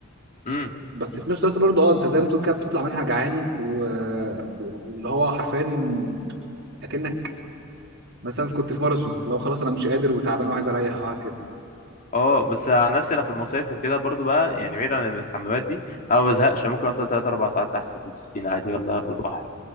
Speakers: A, on the left; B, on the right.
A: امم
B: بس في نفس الوقت برضه اه انت زي ما تقول كده بتطلع منها جعان و- واللي هو حرفيا اكنك مثلا كنت في ماراثون لو خلاص انا مش قادر وتعبان وعايز اريح وقعد كده
A: اه بس عن نفسي انا في المصايف وكده برضو بقى يعني بعيد عن الحمامات دي انا ما بزهقش ممكن افضل 3 4 ساعات تحت في البسين عادي ولا في البحر